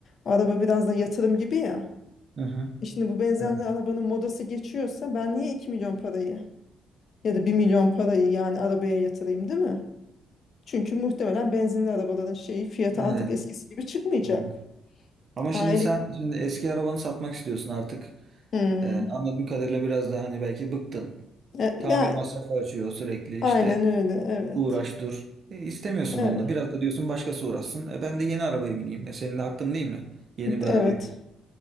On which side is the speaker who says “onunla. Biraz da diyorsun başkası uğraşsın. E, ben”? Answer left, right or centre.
Right